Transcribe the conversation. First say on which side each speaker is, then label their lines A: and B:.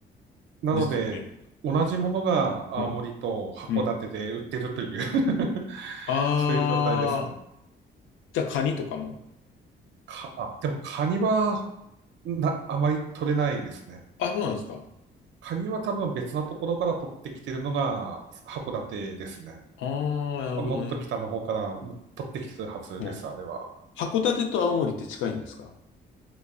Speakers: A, on the right; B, on the left.
A: なので、
B: ですよね。
A: 同じものが青森と函館で売ってるという
B: うん。うん。
A: <laughs>
B: ああ、
A: そういう状態ですね。
B: じゃあカニとかも
A: か、あ、でもカニはな、あまり取れないですね。
B: あ、そうなんですか。
A: カニは多分別なところから取ってきてるのが函館ですね。
B: ああ、なるほどね。
A: もっと北の方からも取ってきてるはずです、
B: うん。
A: あれは。
B: 函館と青森って近いんですか